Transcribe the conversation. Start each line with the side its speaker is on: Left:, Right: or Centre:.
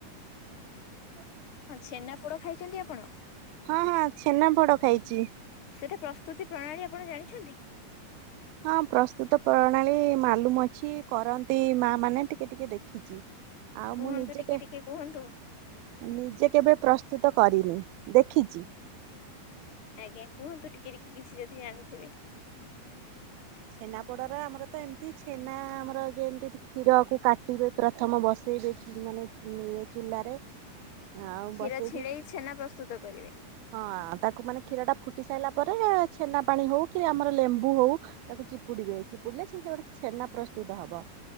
Left: ଛେନା ପୋଡ ଖାଇଚନ୍ତି ଆପଣ?
Right: ହଁ ହଁ ଛେନାପୋଡ ଖାଇଚି।
Left: ସେଟା ପ୍ରସ୍ତୁତି ପ୍ରଣାଳୀ ଆପଣ ଜାଣିଛନ୍ତି?
Right: ହଁ ପ୍ରସ୍ତୁତ ପ୍ରଣାଳୀ ମାଲୁମ୍ ଅଛି କରନ୍ତି ମା ମାନେ ଟିକେ ଟିକେ ଦେଖିଚି। ଆଉ
Left: କୁହନ୍ତୁ
Right: ମୁଁ ନିଜେ
Left: ଟିକେ
Right: କେ
Left: ଟିକେ କୁହନ୍ତୁ।
Right: ନିଜେ କେବେ ପ୍ରସ୍ତୁତ କରିନି ଦେଖିଚି।
Left: ଆଜ୍ଞା କୁହନ୍ତୁ ଟିକେ ଟିକେ କିଛି ଯଦି ଜାଣିଥିବେ।
Right: ଛେନାପୋଡ଼ର ଆମର ତ ଏମିତି ଛେନା ଆମର ଯେମିତି କ୍ଷୀରକୁ କାଟିବେ ପ୍ରଥମ ବସେଇବେ ମାନେ ଇ ଚୁଲାରେ ଆଉ
Left: କ୍ଷୀର
Right: ବସେଇକି
Left: ଛିଡେଇ ଛେନା ପ୍ରସ୍ତୁତ କରିବେ
Right: ହଁ ତାକୁ ମାନେ କ୍ଷୀର ଟା ଫୁଟି ସାରିଲା ପରେ ଛେନା ପାଣି ହୋଉ କି ଆମର ଲେମ୍ବୁ ହୋଉ ତାକୁ ଚିପୁଡିବେ ଚିପୁଡିଲେ ସେ ସେ ଗୋଟେ ଛେନା ପ୍ରସ୍ତୁତ ହବ